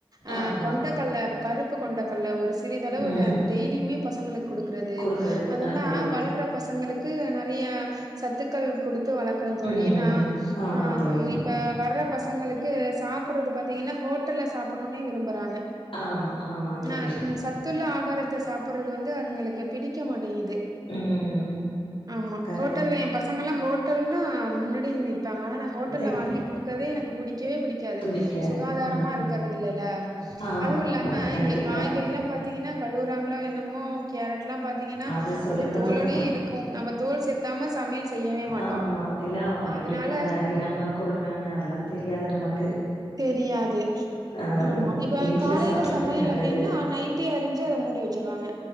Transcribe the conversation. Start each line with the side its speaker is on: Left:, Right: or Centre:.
Right: ஆ
Left: ஆமா
Right: கொண்டக்கல்ல பருப்பு கொண்டக்கல்ல ஒரு சிறிதளவு
Left: ம்
Right: ட டெய்லியுமே பசங்களுக்கு குடுக்கறது
Left: குடுக்குறது
Right: அதெல்லாம்
Left: நல்லதுதா
Right: வளர்ற பசங்களுக்கு நெறையா சத்துக்கள் குடுத்து வளர்க ணும் தோழி
Left: ம்
Right: ஏன்னா
Left: ஆமா
Right: ஆ
Left: தோழி
Right: அம் இப்ப வர பசங்களுக்கு சாப்பிடுறது பாத்தீங்கன்னா ஹோட்டல்ல சாப்பிடணும்னே விரும்புறாங்க
Left: ஆமா ஆமா தோழி
Right: ஆ சத்துள்ள ஆகாரத்தை சாப்பிடுறது வந்து அதுங்களுக்கு பிடி டிக்க மாட்டேங்கிது
Left: ம்
Right: ஆமா
Left: கர
Right: ஹோட்டல்ல என் பச ங்கல்லாம் ஹோட்டல்ன்னா முன்னாடி நிப்பாங்க ஆனால் நான் ஹோட்டல்ல
Left: தைக்க
Right: வாங்கி குடுக்கறதே எனக்கு பிடிக்கவே பிடி க்காது
Left: புடிக்காது
Right: சுகாதாரமா
Left: ம்
Right: இருக்கிறது இல்லல
Left: ஆமா
Right: அதுவும் இல்லாம
Left: கண்டிப்பா
Right: காய்கறி எல்லாம் பாத்தீங்கன்னா கழுவுறாங்களோ என்னமோ கேரட் எல்லாம் பாத்தீங்கன்னா
Left: அத சொல்லுங்க
Right: அப்படியே தோலோட
Left: தோழி
Right: இருக்கு ம் நம்ம தோல் சேக்காம சமையல் செய்யவே மாட்டோ
Left: ஆமா என்னா அவங்க
Right: அதனால
Left: எப்படி உட்காந்து அரியிறாங்க கொல்றாங்க அதெல்லாம் தெரியாது நமக்கு
Right: தெரியாது
Left: ஆ
Right: ஆமா இப்ப
Left: வீட்ல
Right: காலையில
Left: சாப்பறதே
Right: சமையல்
Left: நல்லது
Right: அப்படின்னா நைட் டி அரிஞ்சு அதை மூடி வச்சிருவாங்க